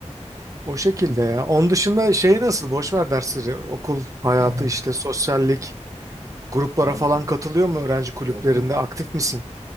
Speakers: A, on the right; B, on the right.
A: O şekilde
B: Hı hı.
A: ya. Onun dışında şey nasıl? Boş ver dersleri. Okul hayatı
B: <laughs>
A: işte sosyallik. Gruplara
B: Abi
A: falan katılıyor mu öğrenci kulüplerinde?
B: okul
A: Aktif misin?